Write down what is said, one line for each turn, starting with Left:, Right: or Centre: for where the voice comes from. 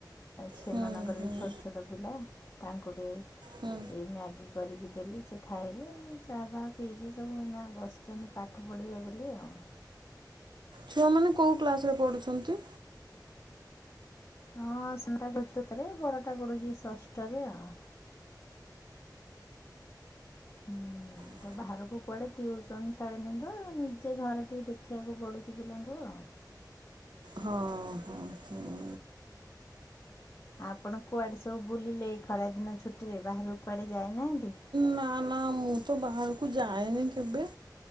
Left: ସେମାନଙ୍କର
Right: ହୁଁ ହୁଁ
Left: ବି ଛୋଟ ଛୋଟ ପିଲା ତାଙ୍କୁ ବି ଏଇ
Right: ହୁଁ
Left: ମ୍ୟାଗି କରିକି ଦେଲି ସେ ଖାଇଲେ ଚା ଫହା ପିଇକି ସବୁଇନା ବସ ଆଛନ୍ତି ପାଠ ପଢ଼ିବେ ବୋଲି ଆଉ
Right: ଛୁଆମାନେ କୋଉ କ୍ଳାସ ରେ ପଢୁଛନ୍ତି?
Left: ହଁ ସାନ ଟା ପଢୁଛି ଚତୃର୍ଥ ରେ ବଡ ଟା ପଡୁଛି ଷଷ୍ଠରେ ଆଉ। ହୁଁ
Right: ହ
Left: ତ ବାହାରକୁ କୁଆଡ଼େ ଟଟିଉସନ୍ ଛାଡ଼ନି ତ ନିଜେ ଘରେ ଟିକେ ଦେଖିବାକୁ ପଡୁଛି ପିଲାଙ୍କୁ ଆଉ।
Right: ହଁ ହଁ ହୁଁ ହୁଁ
Left: ଆପଣ କୁଆଡ଼େ ସବୁ ବୁଲିଲେ ଖରାଦିନ ଛୁଟିରେ ବାହାରକୁ କୁଆଡ଼େ ଯାଇନାହାନ୍ତି?
Right: ନା ନା ମୁଁ ତ ବାହାରକୁ ଯାଏନି କେବେ।